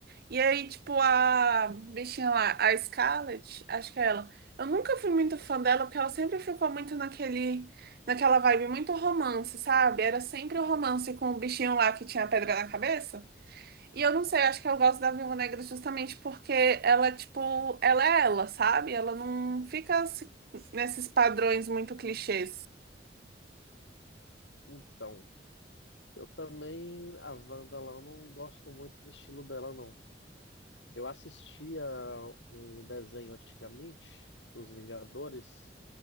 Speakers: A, on the right (about 60°); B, on the left (about 85°).
A: E aí, tipo, a bichinha lá, a Scarlett, acho que é ela. Eu nunca fui muito fã dela, porque ela sempre ficou muito naquele, naquela vibe muito romance, sabe? Era sempre o romance com o bichinho lá que tinha a pedra na cabeça. E eu não sei, acho que eu gosto da Viúva Negra justamente porque ela, tipo, ela é ela, sabe? Ela não fica se- nesses padrões muito clichês.
B: Então, eu também, a Wanda lá, eu não gosto muito do estilo dela, não. Eu assistia um desenho antigamente, dos Vingadores.